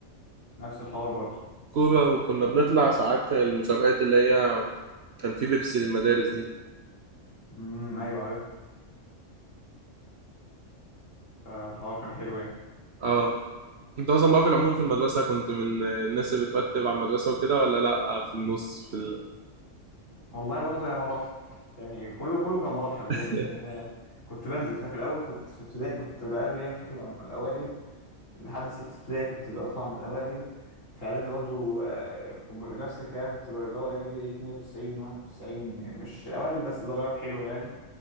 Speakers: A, on the left; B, on the right.
A: نفس الحوار برضه
B: كورة وكنا بنطلع ساعات المسابقات اللي هي كان في بيبسي للمدارس دي
A: امم ايوه عارف فالحوار كان حلو يعني
B: اه انت اصلا بقى في العموم في المدرسه كنت من الناس اللي بترتب على المدرسه وكده ولا لا في النص في ال...
A: والله برضه هي مراحل يعني كله كله كان مراحل بجد
B: <laughs>
A: يعني انا كنت بنزل ففي الاول كنت في ابتدائي كنت من العيال اللي هي بتطلع من الاوائل لحد سته ابتدائي كنت بطلع من الاوائل في اعدادي برضه آه، كنت ب- نفس الكلام كنت ب- اللي هو اجيب ايه 92 91 مش اوائل بس درجات حلوه يعني